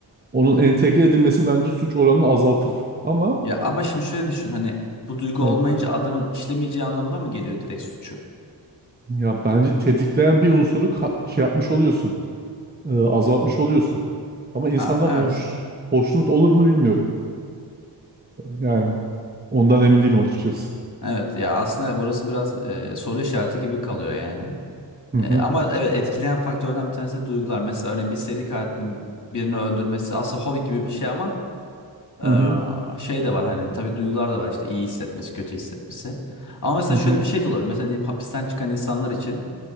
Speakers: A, on the right; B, on the left.
A: onun entegre edilmesi bence suç oranını azaltır. Ama
B: Ya ama şimdi şöyle düşün hani bu duygu
A: hı,
B: olmayınca adamın işlemeyeceği anlamına mı geliyor direkt suçu?
A: ya bence tetikleyen bir unsuru ka- şey yapmış oluyorsun, e, azaltmış oluyorsun. Ama insanlar
B: Aa, evet.
A: hoş hoşnut olur mu bilmiyorum. E, yani ondan emin değilim açıkçası.
B: Evet ya aslında burası biraz e, soru işareti gibi kalıyor yani.
A: Hı
B: E,
A: hı
B: ama evet etkileyen faktörden bir tanesi de duygular. Mesela örneğin bir seri katilin birini öldürmesi aslında hobi gibi bir şey ama
A: hı
B: e,
A: hı
B: şey de var hani tabii duygular da var işte iyi hissetmesi, kötü hissetmesi. Ama mesela
A: hı
B: şöyle
A: hı.
B: bir şey de olabilir. Mesela diyelim hapisten çıkan insanlar için